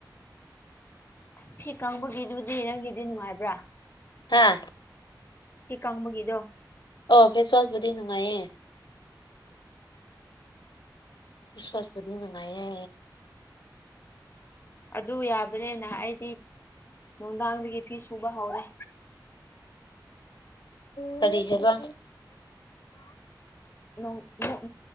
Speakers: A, on the left; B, on the left.
A: ꯐꯤ ꯀꯪꯕꯒꯤꯗꯨꯗꯤ ꯅꯪꯒꯤꯗꯤ ꯅꯨꯡꯉꯥꯏꯕ꯭ꯔꯥ
B: ꯍꯥꯥ
A: ꯐꯤ ꯀꯪꯕꯒꯤꯗꯣ
B: ꯑꯣ ꯐꯦꯁꯋꯥꯁꯕꯨꯗꯤ ꯅꯨꯡꯉꯥꯏꯌꯦ ꯐꯦꯁ ꯋꯥꯁꯄꯨꯗꯤ ꯅꯨꯡꯉꯥꯏꯌꯦ
A: ꯑꯗꯨ ꯌꯥꯕꯅꯦꯅ ꯑꯩꯗꯤ ꯅꯨꯡꯗꯥꯡꯗꯒꯤ ꯐꯤ ꯁꯨꯕ ꯍꯧꯔꯦ
B: ꯀꯔꯤ ꯍꯥꯏꯕ
A: ꯅꯣꯡ ꯑꯃꯨꯛ